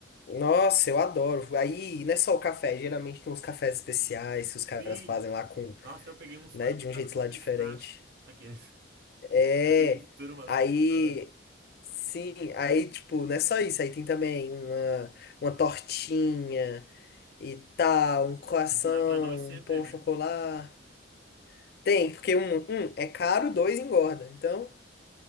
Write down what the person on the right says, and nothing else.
Sim!
Nossa, eu peguei um semana
passada
com
pistache.
Aqueles. <laughs>
Aí eu misturo umas
coisas nada a ver.
Tem que cuidar pra não ir sempre,
né?